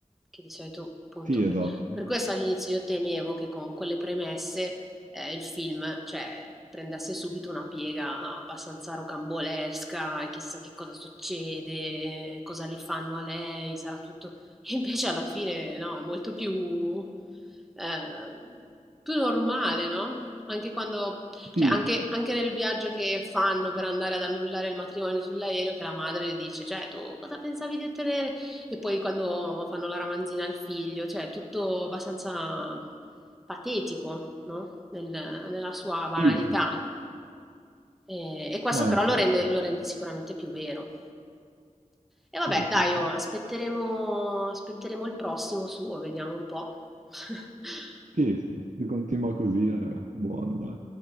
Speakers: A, in the centre; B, on the right.
A: Che di solito, appunto,
B: Sì, esatto.
A: per, per questo all'inizio io temevo che con quelle premesse eh, il film, cioè, prendesse subito una piega abbastanza rocambolesca, e chissà che cosa succede, cosa le fanno a lei, sarà tutto... <laughs> E invece alla fine, no, è molto più, eh, più normale, no? Anche quando cioè,
B: Sì,
A: anche,
B: sì,
A: anche nel viaggio che fanno per andare ad annullare il matrimonio sull'aereo, che la madre le dice, cioè, tu cosa pensavi di ottenere? E poi quando fanno la ramanzina al figlio, cioè, tutto abbastanza patetico, no? Nel- nella sua banalità.
B: sì, sì. sì.
A: E, e questo
B: No,
A: però
B: infatti.
A: lo rende, lo rende sicuramente più vero. E vabbè,
B: Sì, sì,
A: dai,
B: sì.
A: oh, aspetteremo, aspetteremo il prossimo suo, vediamo un po'. <laughs>
B: Sì, sì, se continua così è buono, dai.